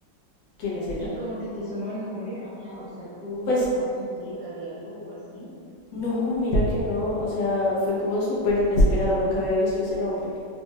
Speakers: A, on the left; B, on the right.
A: ¿quién es ella?
B: Y como que te sonó el nombre, ajá. O sea, ¿tú
A: Pues
B: topabas a Angélica de algo o así?
A: no, mira que no, o sea, fue como súper inesperado, nunca había visto ese nombre.